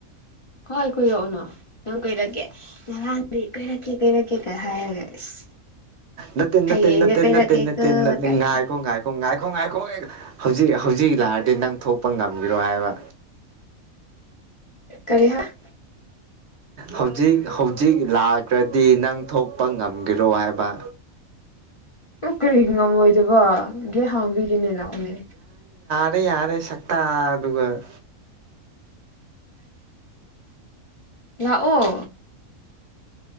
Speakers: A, on the left; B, on the right.
A: ꯍꯣꯏ ꯀꯣꯏꯔꯛꯎꯅ ꯅꯪ ꯀꯨꯏꯔꯛꯀꯦ ꯉꯔꯥꯡ ꯕꯤ ꯀꯣꯏꯔꯛꯀꯦ ꯀꯣꯏꯔꯛꯀꯦ ꯀꯩ ꯍꯥꯏꯔꯒ ꯏꯁ
B: ꯅꯠꯇꯦ ꯅꯠꯇꯦ
A: ꯍꯌꯦꯡꯗꯤ
B: ꯅꯠꯇꯦ
A: ꯀꯣꯏꯔꯛꯀꯦꯀꯣ
B: ꯅꯠꯇꯦ ꯅꯠꯇꯦ ꯅꯠ
A: ꯀꯥꯏꯅ
B: ꯉꯥꯏꯀꯣ ꯉꯥꯏꯀꯣ ꯉꯥꯢ ꯈꯣꯡ ꯉꯥꯏꯈꯣꯍꯦ ꯍꯧꯖꯤꯛ ꯍꯧꯖꯤꯛ ꯂꯥꯛꯑꯗꯤ ꯅꯪ ꯊꯣꯛꯄ ꯉꯝꯒꯤꯔꯣ ꯍꯥꯏꯕ
A: ꯀꯔꯤ ꯍꯥꯏꯕ
B: ꯍꯧꯖꯤꯛ ꯍꯧꯖꯤꯛ ꯂꯥꯛꯈ꯭ꯔꯗꯤ ꯅꯪ ꯊꯣꯛꯄ ꯉꯝꯒꯦꯔꯣ ꯍꯥꯏꯕ
A: ꯎ ꯀꯔꯤꯒꯤ ꯉꯝꯃꯣꯏꯗꯕ ꯒꯦꯠ ꯍꯥꯡꯕꯤꯒꯦꯅꯦ ꯂꯥꯛꯑꯣꯅꯦ
B: ꯔꯦ ꯌꯥꯔꯦ ꯁꯛꯇ ꯗꯨꯒ
A: ꯂꯥꯛꯑꯣ